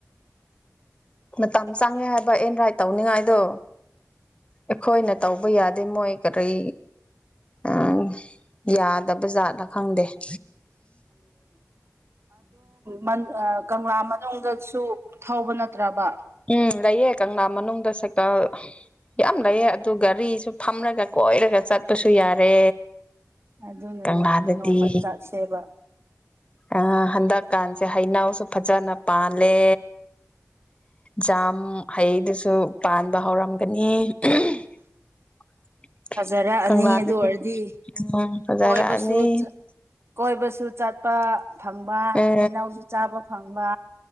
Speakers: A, on the left; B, on the right.
A: ꯃꯇꯝ ꯆꯪꯉꯦ ꯍꯥꯏꯕ ꯑꯦꯟ ꯔꯥꯏꯠ ꯇꯧꯅꯤꯡꯉꯥꯏꯗꯣ ꯑꯩꯈꯣꯏꯅ ꯇꯧꯕ ꯌꯥꯗꯦ ꯃꯣꯏ ꯀꯔꯤ ꯎꯝ ꯌꯥꯗꯕꯖꯥꯠꯅ ꯈꯪꯗꯦ ꯑꯣ
B: ꯃꯟ ꯑ ꯀꯪꯂꯥ ꯃꯅꯨꯡꯗꯁꯨ ꯊꯧꯕ ꯅꯠꯇ꯭ꯔꯕ꯫
A: ꯎꯝ ꯂꯩꯌꯦ ꯀꯪꯂꯥ ꯃꯅꯨꯡꯗ ꯁꯥꯏꯀꯜ ꯌꯥꯝ ꯂꯩꯑꯦ ꯑꯗꯨ ꯒꯥꯔꯤꯁꯨ ꯐꯝꯔꯒ ꯀꯣꯏꯔꯒ ꯆꯠꯄꯁꯨ ꯌꯥꯔꯦ꯫
B: ꯑꯗꯨꯅꯅꯦ
A: ꯀꯪꯂꯥꯗꯗꯤ
B: ꯅꯣꯡꯃ ꯆꯥꯛꯁꯦꯕ꯫
A: ꯑ ꯍꯟꯗꯛꯀꯥꯟꯁꯦ ꯍꯩꯅꯧꯁꯨ ꯐꯖꯅ ꯄꯥꯜꯂꯦ꯫ ꯖꯥꯝ ꯍꯩꯗꯨꯁꯨ ꯄꯥꯟꯕ ꯍꯧꯔꯝꯒꯅꯤ꯫ <inaudible>
B: ꯐꯖꯔꯛꯑꯅꯤ
A: ꯀꯪꯂꯥꯗꯗꯤ
B: ꯑꯗꯨ ꯑꯣꯏꯔꯗꯤ
A: ꯎꯝ ꯐꯖꯔꯛꯑꯅꯤ
B: ꯀꯣꯏꯕꯁꯨ ꯆꯠ ꯀꯣꯏꯕꯁꯨ ꯆꯠꯄ ꯐꯪꯕ
A: ꯑ
B: ꯍꯩꯩꯅꯧꯁꯨ ꯆꯥꯕ ꯐꯪꯕ꯫